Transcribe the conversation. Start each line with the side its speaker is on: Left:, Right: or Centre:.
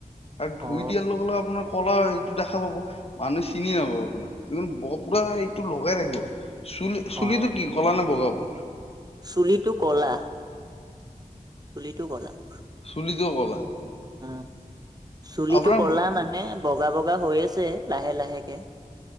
Left: আৰু ধুই
Right: অ
Left: দিয়াৰ লগে লগে আপোনাৰ, ক'লা হেইটো দেখা পাব। মানুহে চিনিয়ে নাপাব আপোনাক। পুৰা এইটো লগাই ৰাখিব চুলি চুলিটো
Right: অ
Left: কি কলা নে বগা পোন।
Right: চুলিটো কলা। চুলিটো গ'লা মোৰ।
Left: চুলিত কিয় ক'লা?
Right: উমঁ চুলিটো
Left: আপোনাক
Right: কলা মানে বগা বগা হৈ আছে লাহে লাহেকে।